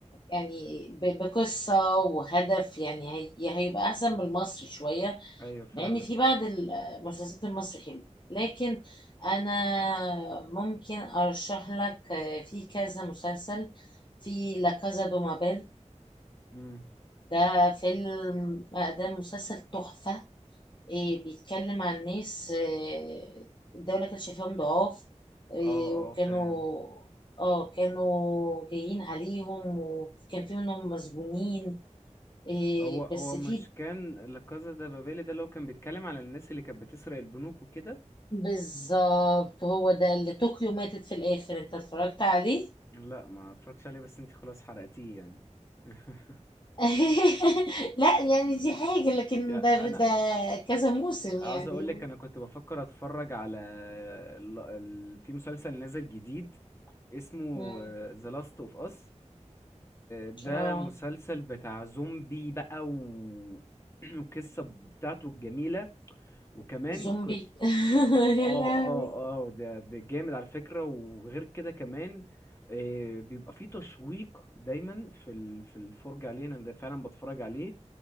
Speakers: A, on the left; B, on the left.
A: يعني ب- بقصه وهدف يعني هي يعني هيبقى احسن من المصري شويه
B: أيوه فاهمك
A: مع ان في بعض المسلسلات المصري حلوه لكن انا ممكن ارشح لك في كذا مسلسل في لا كازا دو مابيل
B: مم.
A: ده فيلم آه، ده مسلسل تحفه إيه بيتكلم عن ناس إيه الدولة كانت شايفاهم ضعاف إيه
B: اه
A: وكانوا
B: اه فاهم
A: اه كانوا جايين عليهم وكان في منهم مسجونين إيه
B: هو هو
A: بس في
B: مش كان لا كازا ده بابيلي ده اللي هو كان بيتكلم على الناس اللي كانت بتسرق البنوك وكده
A: بالظبط هو ده اللي طوكيو ماتت في الآخر انت اتفرجت عليه؟
B: لا ما اتفرجتش عليه بس انت خلاص حرقتيه يعني <laughs>
A: <laughs> لا يعني دي حاجة لكن
B: يا
A: ده
B: انا
A: ده كذا موسم
B: عاوز
A: يعني
B: اقول لك انا كنت بفكر اتفرج على ال... ال... في مسلسل نازل جديد اسمه
A: مم.
B: ذا لاست اوف اس ده
A: اه
B: مسلسل بتاع زومبي بقى و... <clears throat> والقصة بتاعته الجميلة وكمان
A: زومبي
B: ك-
A: <laughs>
B: اه
A: يا لهوي
B: اه اه ده جامد على فكرة وغير كده كمان آه، بيبقى فيه تشويق دايما في ال- في الفرجة عليه انا ده فعلا بتفرج عليه